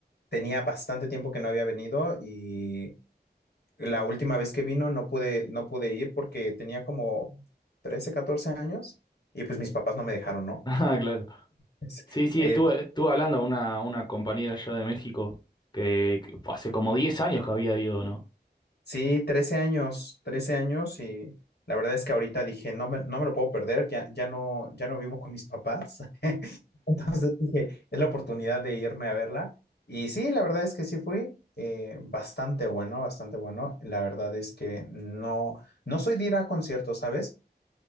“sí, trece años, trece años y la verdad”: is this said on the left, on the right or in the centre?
Left